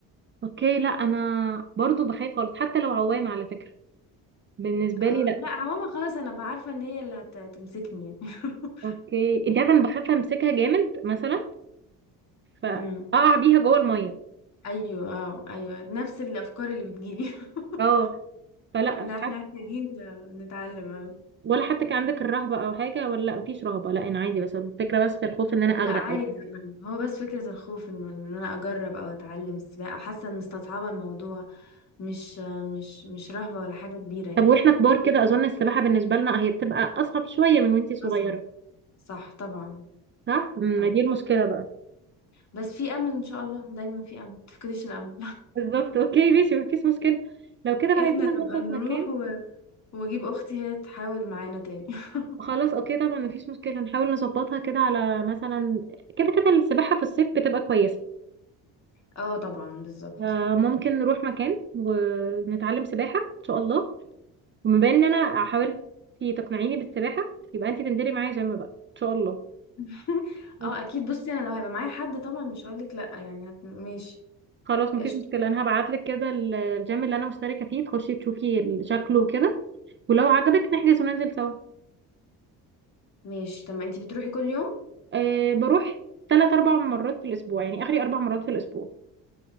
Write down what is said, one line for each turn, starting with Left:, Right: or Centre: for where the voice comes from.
Right: اوكي لا انا برضو بخاف خالص حتى لو عوامه على فكره بالنسبه
Left: اه
Right: لي لا
Left: لا عموما خلاص انا بعارفه ان هي اللي هت- هتمسكني يعني <laughs>
Right: اوكي انت عارفه انا بخاف امسكها جامد مثلا فاقع
Left: امم
Right: بيها جوه الميه
Left: ايوه اه ايوه نفس الافكار اللي بتجيلي <laughs>
Right: اه فلا
Left: لا احنا
Right: حتى
Left: محتاجين نتعلم أوي.
Right: ولا حتى كان عندك الرهبه او حاجه ولا لا مفيش رهبه لا انا عادي بس الفكره بس في الخوف ان انا
Left: لا
Right: اغرق
Left: عادي
Right: أو.
Left: يعني هو بس فكره الخوف انه ان انا اجرب او اتعلم السباحه حاسه ان مستصعبه الموضوع مش مش مش رهبه ولا حاجه كبيره يعني
Right: طب واحنا كبار كده اظن السباحه بالنسبه لنا هي بتبقى اصعب شويه من وانتي صغيره
Left: اصعب صح طبعا
Right: صح ما
Left: طب
Right: دي المشكله بقى
Left: بس في امل ان شاء الله دايما في امل متفقديش الامل
Right: بالظبط اوكي ماشي مفيش مشكلة لو كده
Left: <laughs>
Right: بقى
Left: احنا
Right: عايزين نظبط
Left: نبقى نروح
Right: مكان
Left: واجيب اختي هي تحاول معانا تاني <laughs>
Right: خلاص اوكي طبعا مفيش مشكلة نحاول نظبطها كده على مثلا كده كده السباحة في الصيف بتبقى كويسة
Left: اه طبعا بالظبط
Right: آه، ممكن نروح مكان ونتعلم سباحة ان شاء الله وبما ان انا حاولت تقنعيني بالسباحة يبقى انت تنزلي معايا جيم بقى ان شاء الله
Left: <laughs>
Right: أوكي.
Left: اه اكيد بصي انا لو هيبقى معايا حد طبعا مش هقولك لا يعني هت... ماشي
Right: خلاص مفيش
Left: قشطة
Right: مشكلة انا هبعتلك كده ال- الجيم اللي انا مشتركة فيه تخشي تشوفي شكله وكده ولو عجبك نحجز وننزل سوا
Left: ماشي طب ما انتي بتروحي كل يوم
Right: أه بروح ثلاث اربع مرات في الاسبوع يعني اخري اربع مرات في الاسبوع